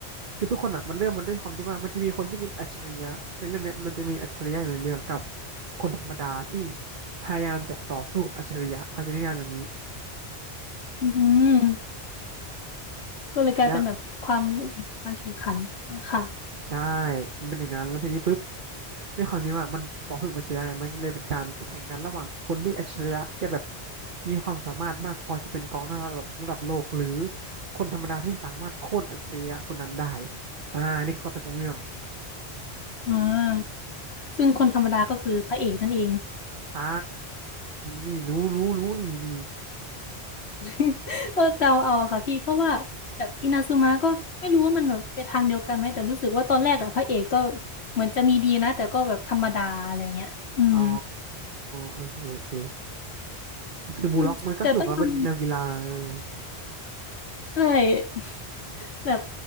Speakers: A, on the right; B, on the left.
A: คือทุกคนอ่ะมันเริ่มมันด้วยความที่ว่ามันจะมีคนที่เป็นอัจฉริยะในเรื่องเนี้ยมันจะมีอัจฉริยะอยู่ในเรื่องกับคนธรรมดาที่พยายามจะต่อสู้กับอัจฉริยะเขาจะนิยามอย่างนี้
B: อืมก็เลยกลายเป็นแบบความ
A: แล้ว
B: การแข่งขันค่ะ
A: ใช่มันเป็นอย่างนั้นแล้วทีนี้ปุ๊บด้วยความที่ว่ามันต่อสู้กับอัจฉริยะไงมันเลยเป็นการแข่งกันระหว่างคนที่อัจฉริยะที่จะแบบมีความสามารถมากพอจะเป็นกองหน้าระดับระดับโลกหรือคนธรรมดาที่สามารถโค่นอัจฉริยะคนนั้นได้อ่านี่คอคอนเซ็ปต์ของเรื่อง
B: อ่าซึ่งคนธรรมดาก็คือพระเอกนั่นเอง
A: ใช่นี่รู้รู้รู้นี่นี่
B: <laughs> ก็เดาเอาอะค่ะพี่เพราะว่าแบบอินาซึมะก็ไม่รู้ว่ามันแบบไปทางเดียวกันไหมแต่รู้สึกว่าตอนแรกอะพระเอกก็เหมือนจะมีดีนะแต่ก็แบบธรรมดาอะไรเงี้ยอืม
A: อ๋อเออเออเออคือมูล็อกมันก็สนุกอะมันเป็นแนวกีฬาเออ
B: อืมแต่ต้องยอมใช่ <laughs> แบบ